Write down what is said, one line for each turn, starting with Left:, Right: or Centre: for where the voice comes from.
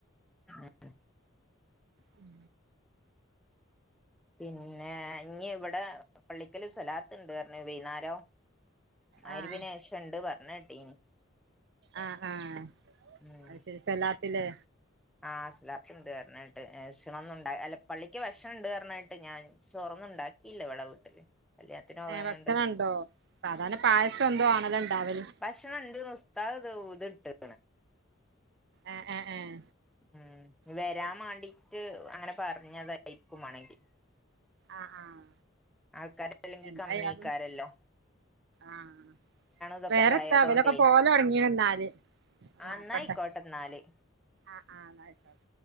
Centre: ഉം
Right: ഉം
Centre: പിന്നെ ഞ്ഞിവടെ പള്ളിക്കല് സലാത്ത്ണ്ട് പർഞ്ഞ് വൈന്നാരം. മഗ്‌രിബിന്
Right: ആഹ്
Centre: ശേഷണ്ട് പറഞ്ഞ് കേട്ടീനി
Right: ആഹ് ആഹ്
Centre: ഉം
Right: അയ്ശെരി. സലാത്ത്ലേ
Centre: ആഹ് സ് ലാത്ത്ണ്ട് അർഞ്ഞേട്ട്. ഏഷ്ണംന്നുണ്ടാ അല്ല പള്ളിക്ക് ഭക്ഷണംണ്ട് അർന്നേട്ട്. ഞാൻ ചോറൊന്നുംണ്ടാക്കിയില്ല ഇവടെ വീട്ടില്. കല്യാണത്തിന് പോകാഞ്ഞോണ്ട്
Right: ഏഹ് ഭക്ഷണണ്ടോ? സാധാർനെ പായസം എന്തോ ആണല്ലൊ ണ്ടാവല്.
Centre: ഭക്ഷണംണ്ട്ന്ന ഉസ്താദ് ത് ഊത് ട്ടെ.
Right: ഏഹ് ഏഹ് ഏഹ്
Centre: ഉം. വെരാം
Right: അത് ശരി
Centre: മാണ്ടിട്ട് അങ്ങനെ പർഞ്ഞതായിരിക്കും മാണങ്കില്.
Right: ആഹ് ആഹ്
Centre: ആൾക്കാര് അല്ലെങ്കി
Right: എന്തായാലും
Centre: കമ്മിയിക്കാരല്ലൊ?
Right: ആഹ്.
Centre: ഇതൊക്കെ
Right: വേറെത്താ.
Centre: ഇണ്ടായതോണ്ടേ
Right: വെലൊക്കെ പോവാം തൊട്ങ്ങീണ്ന്നാല്.
Centre: ആ
Right: നോക്കട്ടെ.
Centre: ന്നായിക്കോട്ടെ ന്നാല്
Right: ആഹ് ആഹ് ന്നാ വെച്ചാള്.